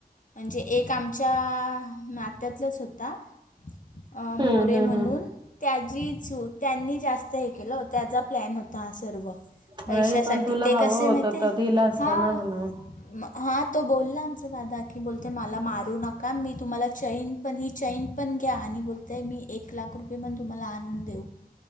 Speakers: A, on the left; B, on the right.
A: म्हणजे एक आमच्या नात्यातलाच होता. अ मोरे
B: हम्म हम्म
A: म्हणून
B: हम्म
A: त्याजी चू त्यांनी जास्त हे केलं त्याचा प्लॅन होता हा सर्व पैशासाठी
B: हाय पण तुला
A: ते
B: हवं
A: कसे
B: होतं
A: माहिती आहे
B: तर दिलं असत
A: हां
B: ना म्हणून
A: म हा तो बोलला आमचा दादा की बोलते मला मारू नका मी तुम्हाला चैन पण ही चैन पण घ्या आणि बोलतय मी एक लाख रुपये पण तुम्हाला आणून देऊ